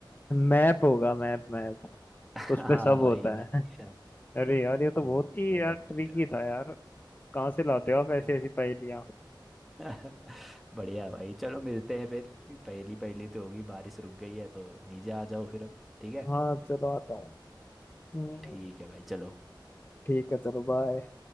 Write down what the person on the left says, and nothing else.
मैप होगा मैप मैप
उसपे सब
होता
है <laughs> अरे यार ये तो
बहुत ही
यार ट्रिकी था यार कहाँ से लाते हो आप ऐसी
ऐसी पहेलियाँ
हाँ चलो आता हूँ हम्म,
ठीक है चलो बाय